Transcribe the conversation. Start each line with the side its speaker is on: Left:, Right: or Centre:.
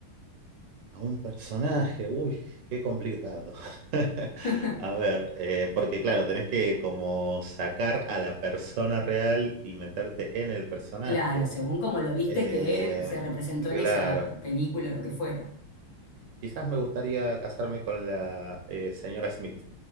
Right: A un personaje, uy, qué complicado. <laughs>
Left: <laughs>
Right: A ver, eh, porque claro, tenés que como sacar a la persona real y meterte en el personaje.
Left: Claro, según como lo viste
Right: Eh,
Left: que se representó
Right: claro,
Left: en esa película o lo que fuera.
Right: quizás me gustaría casarme con la eh, señora Smith.